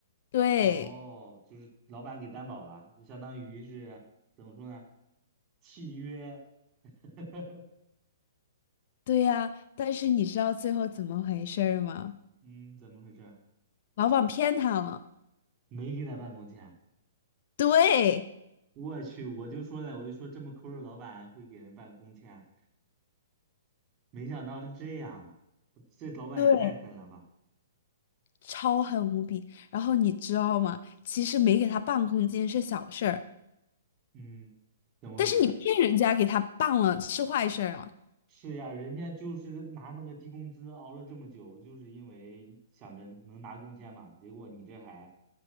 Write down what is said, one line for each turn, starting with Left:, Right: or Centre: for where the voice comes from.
Left: 对。
Right: 哦，就是老板给担保了，就相当于是怎么说呢？契约，<laughs>
Left: 对呀，但是你知道最后怎么回事儿吗？
Right: 嗯，怎么回事？
Left: 老板骗他了，
Right: 没给他办工签。
Left: 对
Right: 我去，我就说了，我就说这么抠的老板会给人办工签啊，没想到是这样，这老板也太狠了吧？
Left: 对，超狠无比。然后你知道吗？其实没给他办空间是小事儿，
Right: 嗯，怎么回事？
Left: 但是你骗人家给他办了是坏事儿啊。
Right: 是呀，人家就是拿那个低工资熬了这么久，就是因为想着能拿工签嘛，结果你这还